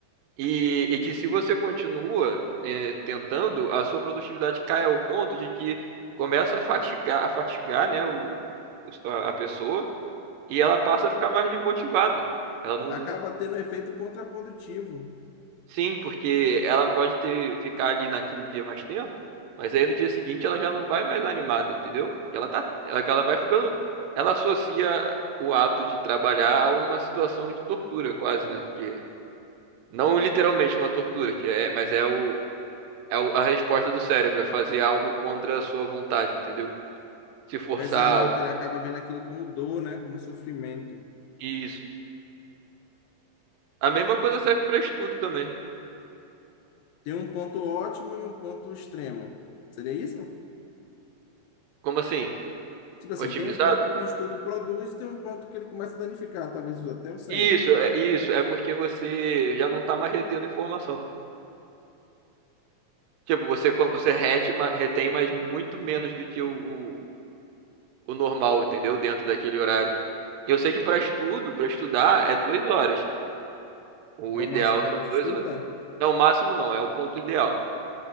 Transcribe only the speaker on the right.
E, e que se você continua é, tentando, a sua produtividade cai ao ponto de que começa a fatigar, a fatigar, né, o, o- a a pessoa. E ela passa a ficar mais desmotivada. Ela não.
Sim, porque ela pode ter ficar ali naquele dia mais tempo, mas aí no dia seguinte ela já não vai mais animada, entendeu? Ela tá, ela, ela vai ficando, ela associa o ato de trabalhar a uma situação de tortura, quase, né? Que não literalmente uma tortura, que é, mas é o é o- a resposta do cérebro, é fazer algo contra a sua vontade, entendeu? Se forçar,
isso. A mesma coisa serve para estudo também.
Como assim?
Otimizado?
Isso, é isso, é porque você já não tá mais retendo informação. Tipo, você, co- você rete, ma- retém, mas muito menos do que o, o, o normal, entendeu? Dentro daquele horário. Eu sei que para estudo, para estudar, é duas horas. O
ideal
são
duas horas. Não, o máximo não, é o ponto ideal.